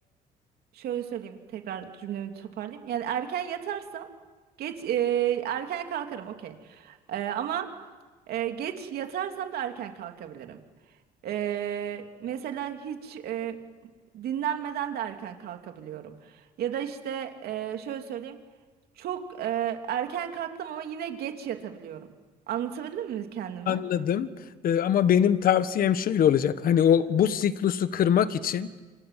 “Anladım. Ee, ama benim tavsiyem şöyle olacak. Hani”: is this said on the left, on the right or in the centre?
Left